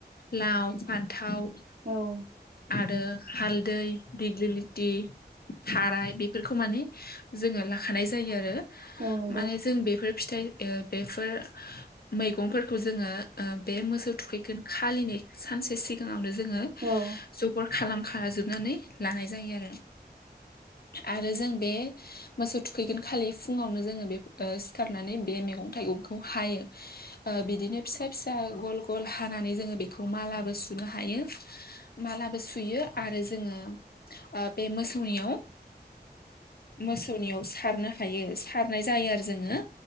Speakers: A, on the left; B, on the right.
A: लाव फान्थाव ओ
B: औ-औ-औ-औ-औ-औ-औ-औ-औ-औ-औ-औ
A: आरो हालदै दिगिलिथि थाराय बे खौ माने जोङो लाखानाय जायो आरो
B: नंगौ
A: माने जों बे बेफोर फिथाइ ओ बेफोर मैगंफोरखौ जोङो ओ बे मोसौ थुखैगोन खालिनि सानसे सिगांआवनो जोङो
B: औ-औ-औ
A: जगार खालामखाजोबनानै लानाय जायो आरो आरो जों बे मोसौ थुखैगोन खालि फुङावनो जोङो बे ओ सिखारनानै बे मैगं थाइगं खौ जोंङो हायो ओ बिदिनो फिसा फिसा ग'ल ग'ल हानानै जोङो बेखौ मालाबो सुनो ह हायो मालाबो सुयो आरो जोङो ओ बे मोसौनियाव
B: <inaudible>
A: मोसौनिआव सारनो हायो सारनाय जायो आरो जोङो